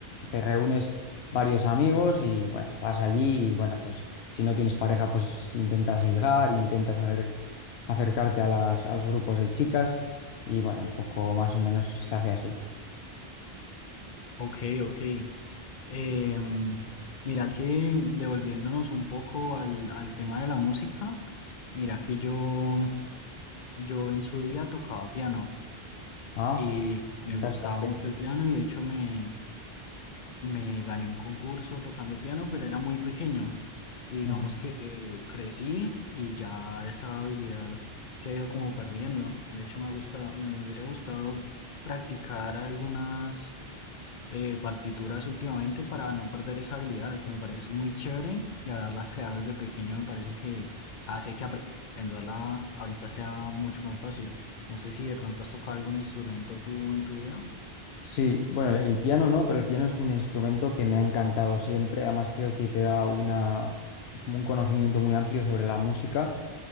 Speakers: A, on the left; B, on the left.
A: te reúnes varios amigos y bueno, vas allí y bueno, pues si no tienes pareja, pues intentas ligar, intentas hacer, acercarte a las, a los grupos de chicas y bueno, un poco más o menos se hace así.
B: Ok, ok. Em, mira que devolviéndonos un poco al, al tema de la música, mira que yo, yo en su día tocaba piano
A: Ah,
B: y me
A: me encanta.
B: gustaba mucho el piano y de hecho me, me gané un concurso tocando piano, pero era muy pequeño. Y digamos
A: Ujú.
B: que eh, crecí y ya esa habilidad se ha ido como perdiendo. De hecho me gusta, me hubiera gustado practicar algunas eh, partituras últimamente para no perder esa habilidad que me parece muy chévere y haberla creado desde pequeño me parece que hace que aprenderla ahorita sea mucho más fácil. No sé si de pronto has tocado algún instrumento tú en tu vida.
A: Sí, bueno, el piano no, pero el piano es un instrumento que me ha encantado siempre, además creo que te da una, como un conocimiento muy amplio sobre la música